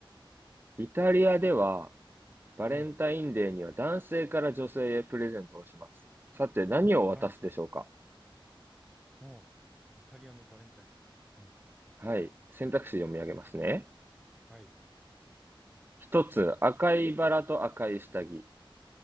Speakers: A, on the right (about 25°); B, in the centre.
A: イタリアではバレンタインデーには男性から女性へプレゼントをします。
B: うん。
A: さて、何を渡すでしょうか
B: はい。おうイタリアのバレンタイン。うん。
A: はい。選択肢読み上げますね。
B: はい。
A: 一つ、赤いバラと赤い下着。